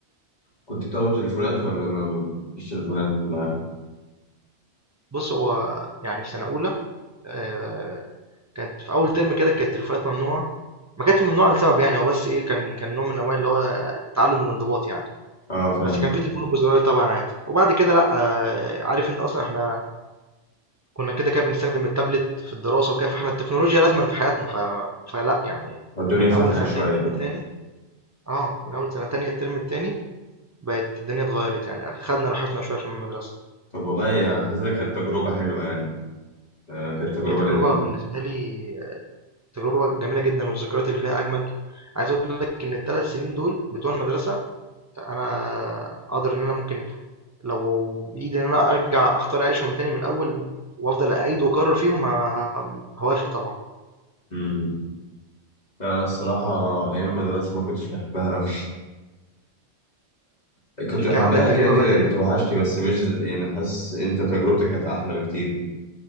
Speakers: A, on the left; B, on the right.
A: كنت بتاخد تليفونات ولا ما فيش تليفونات معاك؟
B: بص هو يعني في سنة أولى آه، كانت في أول ترم كده كانت التليفونات ممنوعة، ما كانتش ممنوعة لسبب يعني هو بس إيه كان كان نوع من أنواع اللي هو تعلم الانضباط يعني،
A: اه فاهم
B: بس كان في تليفونات بزراير طبعًا عادي، وبعد كده لأ آه، عارف أنت أصلًا إحنا كنا كده كده بنستخدم التابلت في الدراسة وكده، فإحنا التكنولوجيا لازمًا في حياتنا ف فلأ يعني
A: الدنيا
B: من
A: فتحت
B: أول سنة
A: شوية
B: تانية الترم التاني آه، من أول سنة تانية الترم التاني بقت الدنيا اتغيرت يعني، خدنا راحتنا شوية في المدرسة،
A: طب والله أنا حاسسها كانت تجربة حلوة يعني آه، كانت تجربة
B: هي تجربة
A: لذيذة
B: بالنسبة لي تجربة جميلة جدًا والذكريات اللي فيها أجمل، عايز أقول لك إن ال3 سنين دول بتوع المدرسة انا اقدر ان انا ممكن لو بايدي ان انا ارجع اختار اعيشهم تاني من الاول وافضل اعيد واكرر فيهم ما- ما- هوافق طبعا
A: امم لا أنا الصراحة أيام المدرسة ما كنتش بحبها أوي <laughs> كنت
B: اكيد
A: بحبها
B: كان عندك تجربه
A: كده كده
B: بقى سيئه
A: بتوحشني بس مش ز- يعني حاسس أنت تجربتك كانت أحلى بكتير